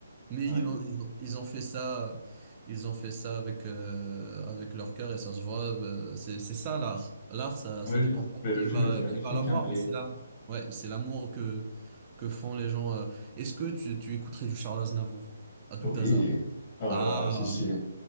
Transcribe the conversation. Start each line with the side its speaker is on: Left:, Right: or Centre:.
Right: Mais
Left: Ouais.
Right: ils ont ils ont, ils ont fait ça ils ont fait ça avec euh, avec leur cœur et ça se voit euh, c'est c'est ça l'art. L'art ça
Left: Oui,
Right: ça
Left: oui.
Right: dépend pas
Left: Mais
Right: qui
Left: le film
Right: va
Left: était magnifique,
Right: qui va l'avoir
Left: hein, mais...
Right: mais c'est l'amour. Ouais, c'est l'amour que que font les gens. euh. Est-ce que tu tu écouterais du Charles Aznavour à tout
Left: Oui.
Right: hasard?
Left: Oh
Right: Ah.
Left: là là, si, si.